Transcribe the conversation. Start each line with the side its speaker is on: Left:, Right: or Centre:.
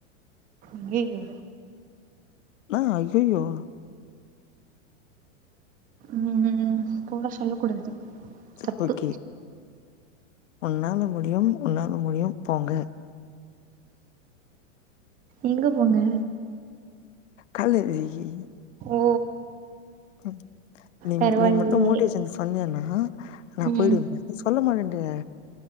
Right: ஐயயோ
Left: நா ஐயயோ
Right: ம்ம் போடா சொல்லக் கூடாது
Left: சர்
Right: தப்பு
Left: ஓகே ஒன்னால முடியும் ஒன்னால முடியும் போங்க
Right: எங்க போங்க
Left: காலேஜிகி
Right: ஓ
Left: ம் நீ
Right: பரவாயில்லையே
Left: நீ மட்டு மோட்டிவேஷன் சொன்னியனா நா
Right: ம்
Left: போயிடுவேங்க நீ சொல்ல மாட்டன்றியே